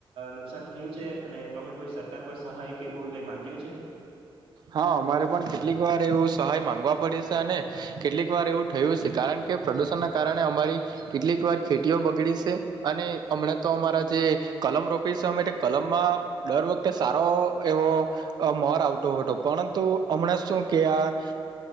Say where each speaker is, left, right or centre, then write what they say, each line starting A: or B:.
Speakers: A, on the right (about 85°); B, on the right (about 50°).
A: નુકસાન થયું છે, અને તમે કોઈ સરકાર પર સહાય કે કોઈ કઈ માંગ્યું છે.
B: હા અમારે પણ કેટલીક વાર એવું સહાય માંગવા પડે છે. અને કેટલીક વાર એવું થયું છે કારણ કે પ્રદુષણ ના કારણે અમારી કેટલીક વાર ખેતીઓ બગડી છે અને હમણાં તો અમારા જે કલમ રોપીશ અમે કલમમાં દર વખતે સારો એવો મોર આવતો હતો. પરંતુ હમણાં શું કે આ